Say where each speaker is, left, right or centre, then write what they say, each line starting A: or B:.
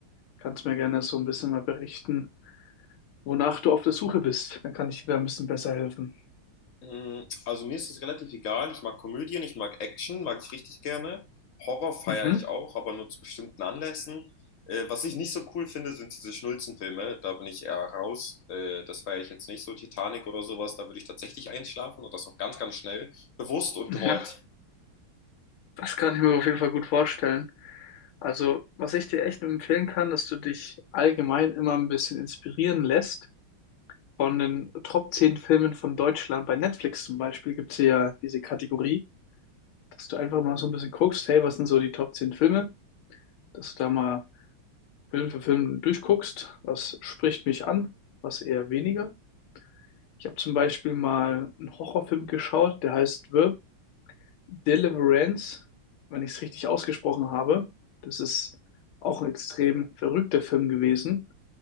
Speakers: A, on the left; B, on the left.
A: Kannst mir gerne so ein bisschen mal berichten, wonach du auf der Suche bist. Dann kann ich dir da ein bisschen besser helfen.
B: Mm, Also mir ist es relativ egal. Ich mag Komödien, ich mag Action, mag ich richtig gerne. Horror feiere
A: Mhm.
B: ich auch, aber nur zu bestimmten Anlässen. Äh, was ich nicht so cool finde, sind diese Schnulzenfilme. Da bin ich eher raus. Äh, das feiere ich jetzt nicht so. Titanic oder sowas, da würde ich tatsächlich einschlafen und das auch ganz, ganz schnell. Bewusst und
A: Ja,
B: gewollt.
A: das kann ich mir auf jeden Fall gut vorstellen. Also, was ich dir echt nur empfehlen kann, dass du dich allgemein immer ein bisschen inspirieren lässt von den Top 10 Filmen von Deutschland. Bei Netflix zum Beispiel gibt es ja diese Kategorie, dass du einfach mal so ein bisschen guckst, hey, was sind so die Top 10 Filme? Dass du da mal Film für Film durchguckst, was spricht mich an, was eher weniger. Ich habe zum Beispiel mal einen Horrorfilm geschaut, der heißt Verb Deliverance, wenn ich es richtig ausgesprochen habe. Das ist auch ein extrem verrückter Film gewesen.